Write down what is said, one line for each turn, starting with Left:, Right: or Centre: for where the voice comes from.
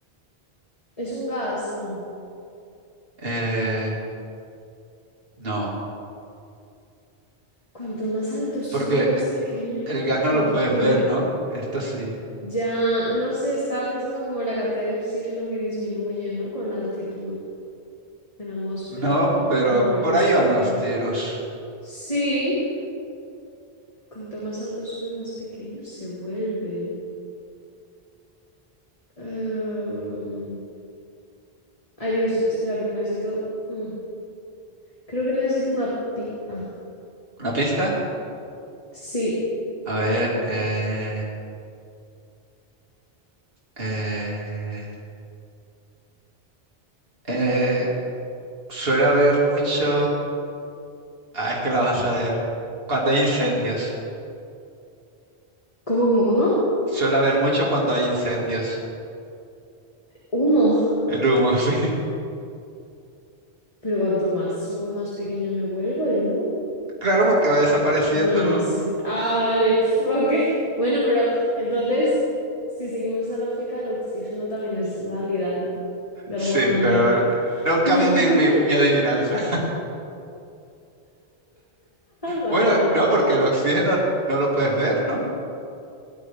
Left: Es un gas, no.
Right: Eh, no,
Left: Cuanto más alto sube,
Right: porque
Left: más pequeño.
Right: el gas no
Left: Hmm,
Right: lo puedes
Left: dime.
Right: ver, ¿no? Esto sí.
Left: Ya, no sé, estaba pensando como en la cantidad de oxígeno que disminuye, ¿no? Con la altitud en la atmósfera,
Right: No,
Left: pero
Right: pero
Left: no, pero
Right: por
Left: más
Right: ahí
Left: pequeño.
Right: van los tiros.
Left: Sí, cuanto más alto sube, más pequeño se vuelve. Em, Ay, Dios, espera, pero necesito. mm, Creo que necesito una pista.
Right: ¿Una pista?
Left: Sí.
Right: A ver, eh, eh, eh, suele haber mucho... Ah, es que la vas a ver. Cuando hay incendios.
Left: ¿Cómo, cómo, cómo?
Right: Suele haber mucho cuando hay incendios.
Left: Humo.
Right: El humo, <laughs> sí.
Left: Pero cuanto más humo, más pequeño me vuelvo el humo.
Right: Claro, porque va desapareciendo,
Left: Bueno,
Right: ¿no?
Left: sí. Ah, vale. <laughs> pf, ok. Bueno, pero entonces, si seguimos esa lógica, el oxígeno también es válida, ¿no? De
Right: Sí,
Left: alguna manera.
Right: pero eh, no cambio
Left: <laughs>
Right: mi, mi mi adivinanza.
Left: Vale,
Right: Bueno,
Left: vale.
Right: no, porque el oxígeno no lo puedes ver, ¿no?